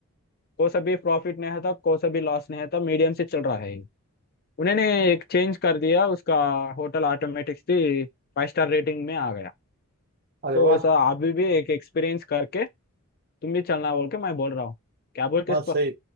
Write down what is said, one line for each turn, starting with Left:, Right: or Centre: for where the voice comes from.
Left: को सभी प्रॉफिट नहीं है था को सभी लॉस नहीं है था मीडियम से चल रहा है उन्होंने एक चेंज कर दिया उसका होटल ऑटोमेटिक से फाइव स्टार रेटिंग में आ गया
Right: अरे
Left: सो
Right: वाह
Left: वैसा अभी भी एक एक्सपीरियंस करके तुम भी चलना बोल के मैं बोल रहा हूँ क्या बोलते
Right: हाँ
Left: इस
Right: सही
Left: पर